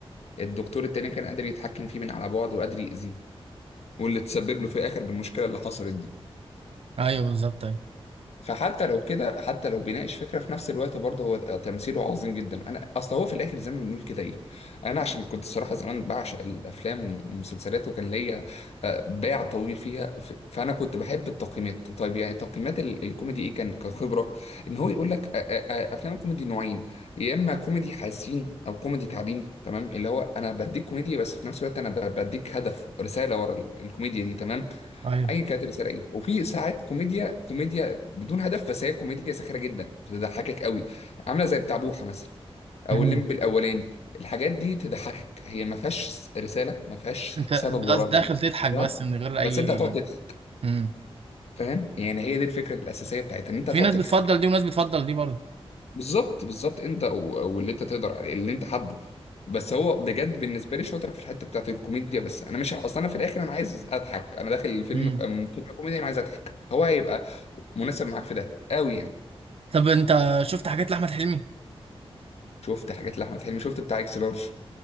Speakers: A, on the left; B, on the right.
A: الدكتور التاني كان قادر يتحكم فيه من على بعد وقادر يأذيه واللي تسبب له في الآخر بالمشكلة اللي حصلت دي
B: ايوه بالظبط ايوه
A: فحتى لو كده حتى لو بيناقش فكره في نفس الوقت برضه هو تمثيله عظيم جدا انا اصل هو في الاخر زي ما بنقول كده ايه انا عشان كنت الصراحه زمان بعشق الافلام والمسلسلات وكان ليا آه، باع طويل فيها ف- فانا كنت بحب التقييمات طيب يعني تقييمات ال- الكوميدي ايه كان كخبره ان هو يقول لك آه، آه، آه، افلام الكوميدي نوعين يا اما كوميدي حزين او كوميدي تعليمي تمام اللي هو انا بديك كوميديا بس في نفس الوقت انا ب- بديك هدف رساله ورا ال- الكوميديا دي تمام
B: ايوه
A: اي كانت رساله ايه وفي ساعات كوميديا كوميديا بدون هدف بس هي كوميديا ساخره جدا بتضحكك قوي عامله زي بتاع بوحه مثلا او
B: امم
A: الليمبي الاولاني الحاجات دي تضحكك هي ما فيهاش رساله ما فيهاش
B: انت
A: سبب ورا
B: بس داخل تضحك
A: البتاع
B: بس من غير اي
A: بس انت هتقعد تضحك
B: امم
A: فاهم يعني هي دي الفكره الاساسيه بتاعتها ان انت
B: في
A: هتقعد
B: ناس
A: تضحك
B: بتفضل دي وناس بتفضل دي برضه
A: بالظبط بالظبط انت و- واللي انت تقدر عليه اللي انت حابه بس هو بجد بالنسبه لي شاطر في الحته بتاعت الكوميديا بس انا مش اصلا انا في الاخر انا عايز اضحك انا داخل الفيلم
B: امم
A: أم- فيلم كوميديا انا عايز اضحك هو هيبقى مناسب معاك في ده قوي يعني
B: طب انت شفت حاجات لاحمد حلمي
A: شفت حاجات لاحمد حلمي شفت بتاع اكس لارج